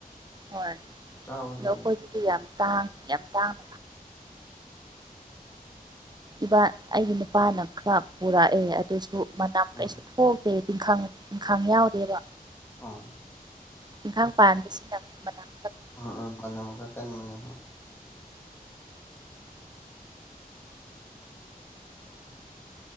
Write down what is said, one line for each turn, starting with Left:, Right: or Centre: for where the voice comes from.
Right: ꯍꯣꯏ ꯑꯗꯣ
Left: ꯆꯥꯕꯁꯨ
Right: ꯑꯩꯈꯣꯏꯗꯗꯤ
Left: ꯎꯗꯦ
Right: ꯌꯥꯝ ꯇꯥꯡ ꯌꯥꯝ ꯇꯥꯡ ꯏꯕꯥ ꯑꯩꯒꯤ ꯅꯨꯄꯥꯅ ꯈꯔ ꯄꯨꯔꯛꯑꯦ ꯑꯗꯨꯁꯨ ꯃꯅꯝ
Left: ꯎꯝ
Right: ꯀꯩꯁꯨ ꯀꯣꯛꯇꯦ ꯇꯤꯡꯈꯡ ꯇꯤꯡꯈꯡ ꯌꯥꯎꯗꯦꯕ
Left: ꯑ
Right: ꯇꯤꯡꯈꯡ ꯄꯥꯟꯕꯁꯤꯅ ꯃꯅꯥꯝ
Left: ꯑꯝ ꯑꯝ ꯃꯅꯝ ꯈꯔ ꯀꯟꯕꯅꯦ